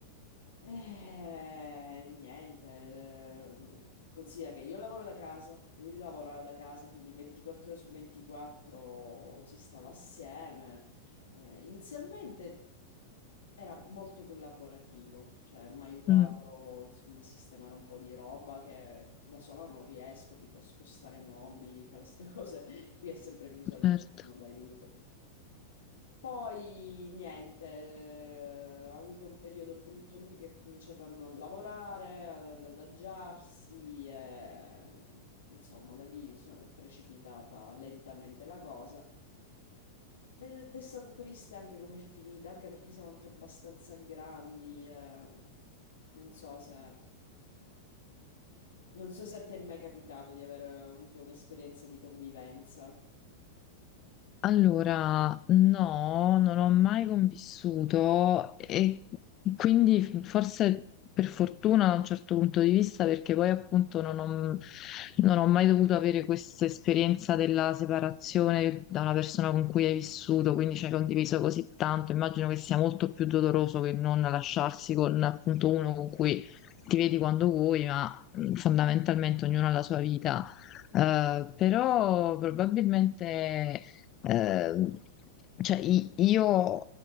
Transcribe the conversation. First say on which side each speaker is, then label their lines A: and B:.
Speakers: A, on the left; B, on the left.
A: Eh, niente, eh, considera che io lavoro da casa, lui lavora da casa, quindi 24 ore su 24 si stava assieme. Eh, inizialmente era molto collaborativo, cioè mi ha aiutato
B: Mm,
A: insomma a sistemare un po' di roba che da sola non riesco, tipo a spostare mobili, fare queste cose. <laughs> Qui ha sempre bisogno
B: certo.
A: di una mano d'aiuto. Poi niente, eh, ha avuto un periodo brutto lui che ha cominciato a non lavorare, ad adagiarsi, e, insomma da lì so- è precipitata lentamente la cosa. Ed è stata triste anche come è finita, anche perché siamo anche abbastanza grandi. eh. Non so se... non so se a te è mai capitato di aver avuto un'esperienza di convivenza.
B: Allora, no, non ho mai convissuto e quindi forse per fortuna da un certo punto di vista, perché poi appunto non ho, non ho mai dovuto avere questa esperienza della separazione da una persona con cui hai vissuto, quindi ci hai condiviso così tanto, immagino che sia molto più doloroso che non lasciarsi con appunto uno con cui ti vedi quando vuoi, ma mh, fondamentalmente ognuno ha la sua vita. Eh, però probabilmente Ehm, cioè, i- io